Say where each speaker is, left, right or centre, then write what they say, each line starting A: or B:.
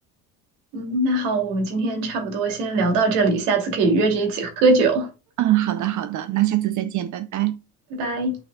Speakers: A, on the right; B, on the right.
A: 嗯，那好，我们今天差不多先聊到这里，下次可以约着一起喝酒，
B: 嗯，好的，好的，那下次再见，拜拜。
A: 拜拜。